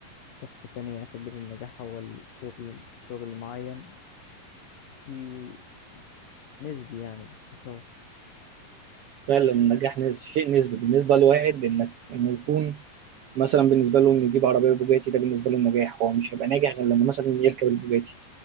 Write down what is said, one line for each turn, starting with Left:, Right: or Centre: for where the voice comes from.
Left: شخص تاني يعتبر النجاح هو الشغل شغل معين في نسبي يعني باختصار
Right: فعلا النجاح نس- شيء نسبي بالنسبة لواحد إنك إنه يكون مثلا بالنسبة له إنه يجيب عربية بوجاتي ده بالنسبة له النجاح هو مش هيبقى ناجح غير لما مثلا يركب البوجاتي